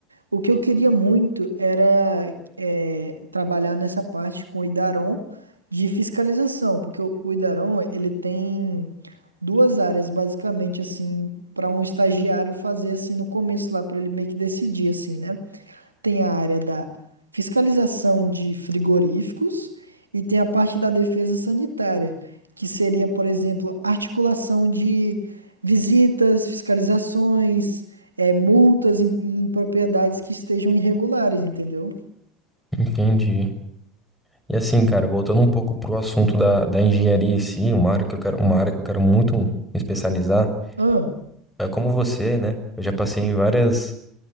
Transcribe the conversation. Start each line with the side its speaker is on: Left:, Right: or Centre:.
Right: O que eu queria muito era é, trabalhar nessa parte com o Idaron de fiscalização, porque o, o Idaron, ele tem duas áreas basicamente assim para um estagiário fazer assim no começo lá para ele meio que decidir assim, né? tem a área da fiscalização de frigoríficos e tem a parte da defesa sanitária, que seria, por exemplo, articulação de visitas, fiscalizações, eh, multas em, em propriedades que estejam irregulares, entendeu?
Centre: entendi. E assim, cara, voltando um pouco pro assunto da, da engenharia em si, uma área que eu quero, uma área que eu quero muito me especializar,
Right: Ah,
Centre: é como você, né? Eu já passei em várias,